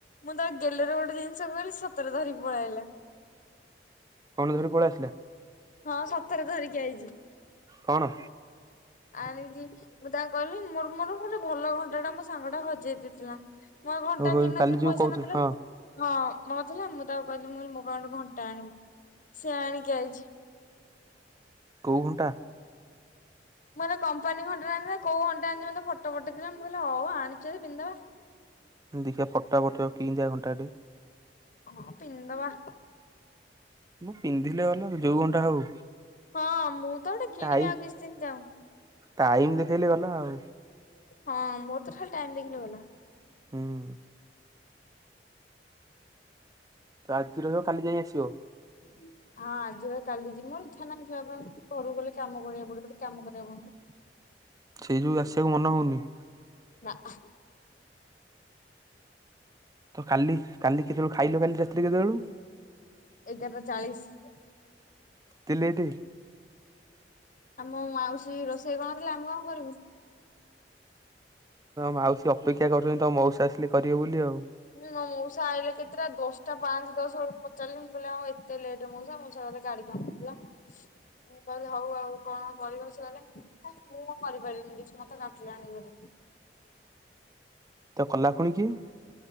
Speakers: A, on the left; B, on the right.
A: ମୁଁ ତାକୁ ଗେଲରେ ଗୋଟେ ଜିନିଷ କହିଲି ସତରେ ଧରିକି ପଳିଆଇଲା।
B: କଣଧରି ପଳି ଆସିଲା।
A: ହଁ ସତରେ ଧରିକି ଆଇଛି।
B: କଣ
A: ଆଣିଚି ମୁଁ ତାଙ୍କ କହିଲି ମୋର ମୋର ଗୋଟେ ଭଲ ଘଣ୍ଟା ଟା ମୋ ସାଙ୍ଗ ଟା ହଜେଇ ଦେଇଥିଲା। ମଁ ଆଉ ଘଣ୍ଟା
B: ଓହୋ
A: କିଣି
B: କାଲି
A: ନଥିଲି
B: ଯୋଉ
A: ପଇସା
B: କହୁଥିଲୁ
A: ନଥିଲା
B: ହଁ
A: ହଁ ମୋରଥିଲା ମୁଁ ତାକୁ କହିଲି ମୋ ପାଇଁ ଗୋଟେ ଘଣ୍ଟା ଆଣିବୁ ସିଏ ଆଣିକି ଆଇଛି।
B: କୋଉ ଘଣ୍ଟା।
A: ମୁଁ କହିଲି କପାନୀ ଘଣ୍ଟା ଆଣିଲ ନା କଉ ଘଣ୍ଟା ଆଣିଛ ମତେ ଫଟୋ ପଠେଇ ଥିଲା ମୁଁ କହିଲି ହଉ ଆଣିଚ ପିନ୍ଧିଦବା।
B: ଦେଖିବା ଫଟ ଟା ପଠେଇବ କେମିତିକା ଘଣ୍ଟାଟେ।
A: ହଁ ପିନ୍ଧିଦବା।
B: ପିନ୍ଧିଲେ ଗଲା ଯୋଉ ଘଣ୍ଟା ହଉ।
A: ହଁ ମୁଁ ତ ଗୋଟେ କିଣିବି
B: ଟାଇ
A: ଆଉ କିଛି ଦିନ ଯାଉ।
B: ଟାଇମ ଦେଖେଇଲେ ଗଲା ଆଉ
A: ହଁ ମୋର ତ ଖାଲି ଟାଇମ ଦେଖିଲେ ଗଲା।
B: ହୁଁ ତ ଆଜି ରହିବ ଖାଲି ଯାଇ ଆସିବ
A: ହୁଁ ହଁ ଆଜି କାଲି ଯିବ ମୋର ଇଚ୍ଛା ନାହିଁ ଜିବା ପାଇଁ ଘରକୁ ଗଲେ କାମ କରିବାକୁ ପଡିବ ଏଠି କାମ କରିବାକୁ ପଡୁନି।
B: ସେଇ ଯୋଗୁଁ ଆସିବାକୁ ମନ ହଉନି।
A: ନା ଆ
B: ତ କାଲି କାଲି କେତେବେଳେ ଖାଇଲ କାଲି ରାତିରେ କେତେବେଳୁ
A: ଏଗାରଟା ଚାଳିଶ
B: ଏତେ ଲେଟେ
A: ଆମ ମାଉସୀ ରୋଷେଇ କରି ନଥିଲା ଆମେ କଣ କରିବୁ?
B: ମାଉସୀ ଅପେକ୍ଷା କରୁଛନ୍ତି ତମ ମଉସା ଆସିଲେ କରିବେ ବୋଲି ଆଉ
A: ହୁଁ ମୋ ମଉସା ଆଇଲେ କେତେଟା ଦଶଟା ପାଞ୍ଚ ଦଶ ପଚାରିଲି ମୁଁ କଲି ଆଉ ଏତେ ଲେଟେ ମଉସା ମଉସା କହିଲେ ଗାଡି କାମ ହୋଉଥିଲା। ମୁଁ କହିଲି ହୋଉ ଆଉ କଣ କରିବା ଚାଲେ ହେ ମୁଁ କରିପାରିଲିନି କିଛି ମତେ କାଟିଲାଣି ଜୋରେ।
B: ତ କଲା ପୁଣି କିଏ?